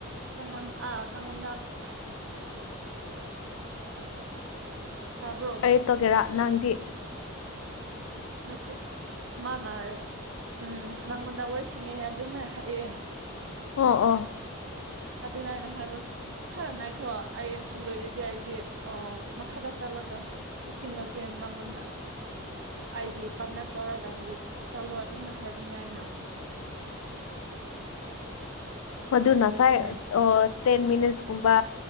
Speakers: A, on the right; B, on the left.
A: ꯀꯥꯉꯟ ꯑꯥ ꯀꯉꯟꯗ <unintelligible> ꯇꯥꯕ꯭ꯔꯣ
B: ꯀꯩ ꯇꯧꯒꯦꯔꯥ ꯅꯪꯗꯤ
A: ꯅꯠꯇꯦ ꯃꯥꯅꯥ ꯍꯥꯏꯔꯒ ꯎꯝ ꯅꯪꯉꯣꯟꯗ ꯑꯣꯏꯔꯁꯤꯡꯉꯦ ꯑꯗꯨꯝ ꯍꯥꯏꯌꯦ
B: ꯑꯣ ꯑꯣ
A: ꯑꯗꯨꯅ ꯑꯩꯅ ꯍꯥꯏꯕ ꯈꯔ ꯅꯥꯏꯈꯣ ꯑꯩ ꯑꯁꯤ ꯂꯣꯏꯔꯗꯤ ꯑꯩꯗꯤ ꯑꯥ ꯃꯈꯥꯗ ꯆꯠꯂꯒ ꯏꯁꯤꯡꯂꯧꯒꯦ ꯃꯉꯣꯟꯗ ꯑꯩꯒꯤ ꯄꯥꯔ꯭ꯠꯅꯔ ꯇꯧꯔꯒ ꯆꯠꯂꯣ ꯑꯗꯨꯝꯅ ꯍꯥꯏꯕꯅꯤ ꯑꯩꯅ
B: ꯃꯥꯗꯨ ꯅꯁꯥꯏ
A: ꯑꯗꯨꯅꯦ
B: ꯑꯣ ꯇꯦꯟ ꯃꯤꯅꯤꯠꯁ ꯀꯨꯝꯕ